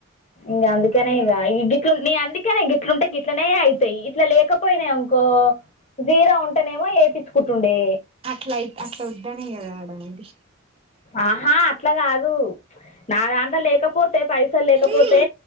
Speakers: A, on the left; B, on the right.
A: ఇ అందుకనే ఈ గిట్లు నీ అందుకెనే గిట్లుంటే గిట్లనే అయితాయి ఇట్లా లేకపోయినాయి అనుకో జీరో ఉంటెనేమో ఏపిచుకుంటుండే
B: అట్లాయి అట్లోద్దనే కద ఆడనేది
A: ఆహా అట్ల కాదు నా దాంట్ల లేకపోతే పైసలు లేకపోతే
B: అదే